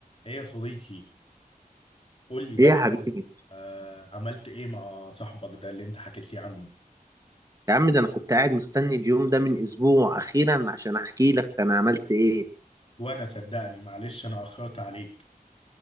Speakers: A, on the left (about 40°); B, on the right (about 20°).
A: ايه يا صديقي قول لي بقى
B: ايه يا حبيبي
A: آه عملت ايه مع صاحبك ده اللي انت حكيت لي عنه
B: يا عم ده انا كنت قاعد مستني اليوم ده من اسبوع اخيرا عشان احكي لك انا عملت ايه
A: وانا صدقني معلش انا اخرت عليك